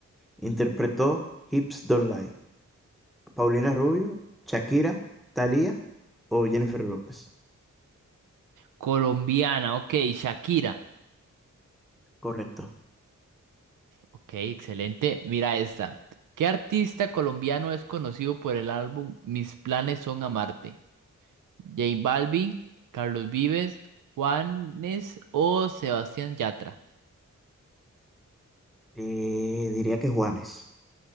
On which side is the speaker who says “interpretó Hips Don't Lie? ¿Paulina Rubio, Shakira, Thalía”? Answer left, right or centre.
Centre